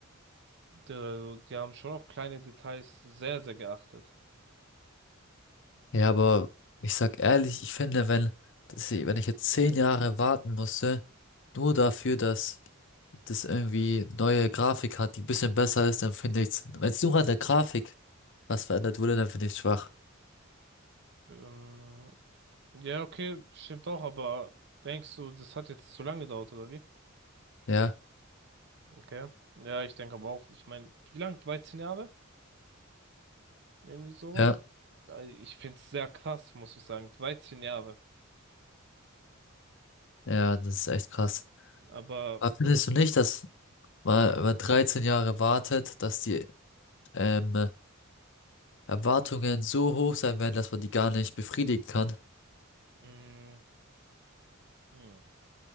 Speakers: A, on the right; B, on the left.
A: Die, die haben schon auf kleine Details sehr, sehr geachtet.
B: Ja, aber ich sag ehrlich, ich finde, wenn, das- wenn ich jetzt zehn Jahre warten musste, nur dafür, dass das irgendwie neue Grafik hat, die ein bisschen besser ist, dann finde ich's. Wenn es nur an der Grafik was verändert wurde, dann finde ich schwach.
A: Ähm, ja, okay, stimmt auch, aber denkst du, das hat jetzt zu lange gedauert, oder wie?
B: Ja,
A: Okay. Ja, ich denke aber auch, ich meine, wie lang? 13 Jahre? Irgendwie sowas?
B: ja,
A: Äh, Ich finde es sehr krass, muss ich sagen. 13 Jahre.
B: ja, das ist echt krass.
A: Aber,
B: Aber findest du nicht, dass man,
A: ja.
B: wenn man 13 Jahre wartet, dass die ähm, Erwartungen so hoch sein werden, dass man die gar nicht befriedigen kann?
A: mm, hm,